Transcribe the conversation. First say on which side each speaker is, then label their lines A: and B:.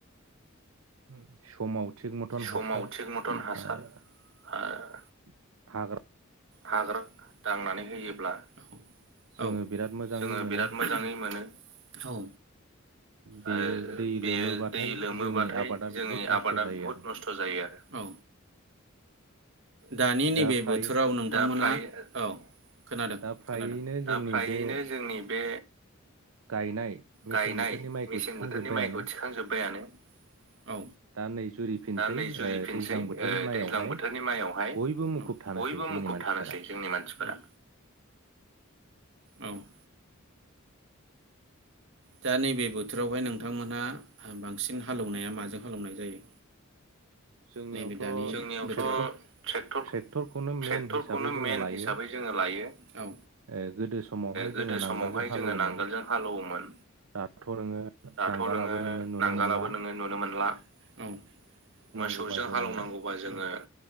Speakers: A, on the right; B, on the right.
A: ओ समाव थिक मथन
B: समाव
A: हासार
B: थिग मथन हासार
A: हा-हाग्रा
B: ओ हाग्रा दांनानै होयोब्ला औ
A: जोङो बिराद मोजाङै
B: जोङो
A: मोनो
B: बिराद मोजाङै मोनो। औ।
A: बेयो
B: ओ
A: दै
B: बेयो
A: लोमोबाथाय
B: दै लोमोबाथाय
A: जोंनि आबादा
B: जोंनि
A: बुहुद नस्थ'
B: आबादा
A: जायो
B: बुहुत
A: आरो
B: नस्थ' जायो आरो औ दानि नैबे
A: दा फ्राय
B: बोथोराव नों मोननाय औ खोनादों
A: दा फ्रायैनो
B: खोनादों दा
A: जोंनि
B: फ्रायैनो
A: बे
B: जोंनि बे
A: गायनाय मेसें
B: गायनाय
A: बोथोरनि माइखौ
B: मेसें
A: थिखांजोब्बायानो
B: बोथोरनि माइखौ थिखांजोब्बायानो औ
A: दा नै जुरिफिनसै
B: दा नै जुरिफिनसै
A: ओ दैज्लां बोथोरनि
B: ओ
A: माइयावहाय
B: दैज्लां बोथोरनि माइयावहाय
A: बयबो मुखुब थानोसै
B: बयबो
A: जोंनि
B: मुखुब
A: मानसि
B: जोंनि मानसिफोरा। <inaudible> दा नैबे बोथोरावहाय नोंथांमोनहा बांसिन हालेवनाया माजों हालेवनाय जायो?
A: जोंनियावथ'
B: नैेबे दानि बोथोराव जोंनियावथ'
A: ट्रेक्टरखौ
B: ट्रेक्टर
A: ट्रेक्टरखौनो
B: ट्रेक्टरखौनो
A: मेन हिसाबै जोङो
B: मेन
A: लायो
B: हिसाबै जोङो लायो औ
A: ओ गोदो समावहाय
B: गोदो
A: जोङो नांगोलजों
B: समावहाय
A: हालौवोमोन
B: जोङो नांगोलजों हालेवोमोन
A: दाथ' नोङो
B: दाथ'
A: नांगालाबो
B: नोङो
A: नुनो
B: नांगोलाबो
A: मोनला
B: नोङो नुनो मोनला औ। मोसौजों
A: बेवबा जोंङो
B: हालौवनांगौबा जोङो